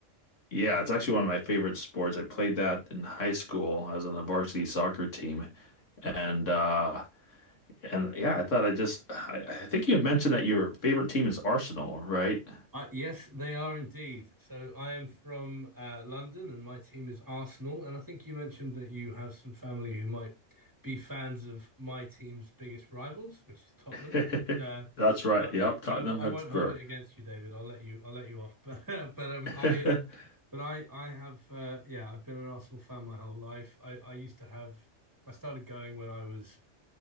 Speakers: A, on the left (about 80°); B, on the right (about 15°).
A: yeah, it's actually one of my favorite sports. I played that in high school. I was on the varsity soccer team, and uh, and yeah, I thought I just I, I think you had mentioned that your favorite team is Arsenal, right?
B: Uh, yes, they are indeed. So I am from uh, London and my team is Arsenal. And I think you mentioned that you have some family who might be fans of my team's biggest rivals, which is Tottenham.
A: <laughs>
B: Uh,
A: That's right.
B: but
A: Yep, Tottenham
B: but I, w I
A: Hotspur.
B: won't hold it against you, David. I'll let you I'll let you off. <laughs> But uh, but um
A: <laughs>
B: I but I I have uh, yeah I've been an Arsenal fan my whole life. I I used to have I started going when I was